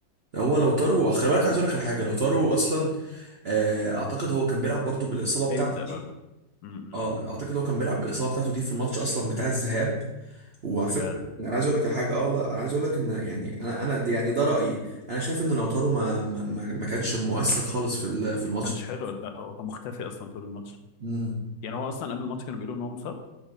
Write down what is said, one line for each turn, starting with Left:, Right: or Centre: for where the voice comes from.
Right: هو لو طاروا خلي بالك عايز اقول لك على حاجه لو طاروا اصلا آه، اعتقد هو كان بيلعب برضو بالاصابه بتاعته
Left: ايه يبدا
Right: دي
Left: برضه مم، مم،
Right: اه
Left: مم.
Right: اعتقد هو كان بيلعب بالاصابه بتاعته دي في الماتش اصلا بتاع الذهاب وعلى
Left: بجد
Right: فكرة
Left: ما
Right: انا عايز اقول لك على حاجه اه والله انا عايز اقول لك ان يعني انا انا دي- يعني ده رايي انا شايف ان لوتارو ما ما, ما ما كانش مؤثر خالص في ال- في الماتش
Left: كانش حلو لا هو كان مختفي اصلا طول الماتش
Right: مم.
Left: يعني هو اصلا قبل الماتش كانوا بيقولوا ان هو مصاب